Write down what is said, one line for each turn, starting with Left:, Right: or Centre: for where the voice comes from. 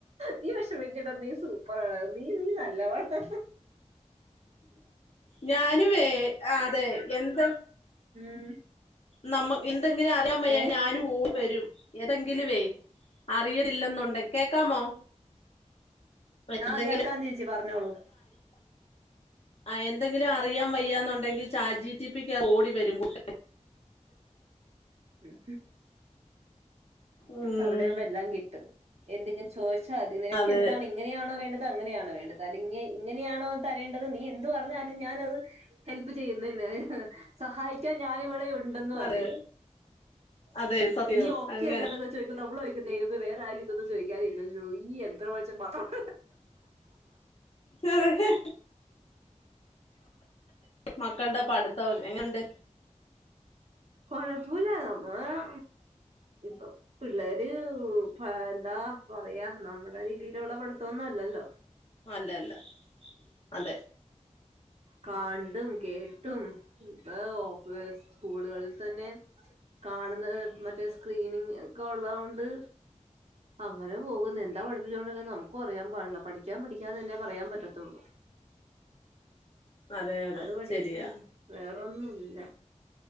Right: നീ വെ ഷമിക്കണ്ട നീ സൂപ്പറാണ്. നീ നീ നല്ലവ <unintelligible>
Left: ഞാനുവേ അതെ എന്ത
Right: ഉം
Left: നമ്മ എന്തെങ്കിലും അറിയാൻ വയ്യ
Right: ഏ
Left: ഞാനും ഓ വരും ഏതെങ്കിലുവേ, അറിയതില്ലെന്നുണ്ട് കേക്കാമോ? എന്തെങ്കിലും
Right: ആഹ കേൾക്കാൻ ചേച്ചി പറഞ്ഞോളൂ,
Left: അ എന്തെങ്കിലും അറിയാൻ വയ്യാന്നുണ്ടെങ്കിൽ ചാറ്റ് ജി റ്റിപിക്ക് ഓടി വരും കുട്ട
Right: ഉം
Left: ഉം
Right: അവിടാവുമ്പം എല്ലാം കിട്ടും എന്തെങ്കിലും ചോദി ച്ചാ നിനക്ക്
Left: അതെ
Right: എന്താണ് ഇങ്ങനെയാണോ വേണ്ടത് അങ്ങനെയണോ വേണ്ടത് അല്ലെങ്കി ഇങ്ങനെയാണോ തരേണ്ടത് നീ എന്ത് പർഞ്ഞാലും ഞാനത് ഹെൽപ് ചെയ്യുന്നന്നെ സഹായിക്കാൻ ഞാൻ ഇവിടെ ഉൺ ണ്ടെന്നു പറയും.
Left: അതെ അതെ സത്യം
Right: നീ ഓക്കെയല്ലടാ
Left: അങ്ങനെ
Right: ന്നൊക്കെ ചോയ്ക്കും നമ്മൾ ചോയ് ദൈവമേ വേറെ ആര്തൊന്നും ചോയ്ക്കാറില്ലല്ലോ ഈ യന്ത്രമനഷ്യ മാത്രം
Left: അതെ
Right: <unintelligible>
Left: മക്കൾടെ പഠിത്തം എങ്ങണ്ട്?
Right: കൊഴപ്പൊല്ല നമ്മ ആ ഇപ്പൊ പിള്ളേര് പാ എന്താ പറയാ നമ്മുടെ രീതിയിലുള്ള പഠിത്തന്നൊ ന്തെല്ലോ
Left: അല്ലല്ല അതെ
Right: കാണ്ടും കേട്ടും ഇപ്പൊ ഓഫീ സ്കൂളുകൾ തന്നെ കാണുന്ന മറ്റേ സ്ക്രീനിങ് ഒക്കെ ഉള്ളോണ്ട്. അങ്ങനെ പോകുന്നു എന്താ പഠിപ്പിച്ചോണ്ടിരുന്ന നമുക്കും അറിയൻ പാടില്ല. പഠിക്കാൻ പഠിക്കാന്ന് തന്നെ പറയാൻ പറ്റത്തുള്ളൂ.
Left: <inaudible> അതെ
Right: അത് പഠിക്ക്‌
Left: ശരിയാ
Right: വേറൊന്നും ഇല്ല.